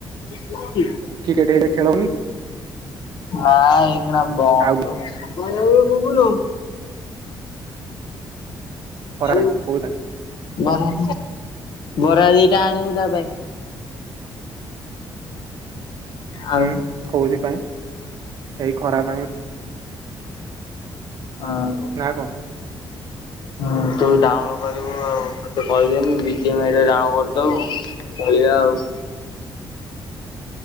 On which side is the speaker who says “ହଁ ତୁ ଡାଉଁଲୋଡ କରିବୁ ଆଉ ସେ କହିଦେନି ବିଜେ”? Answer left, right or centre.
Left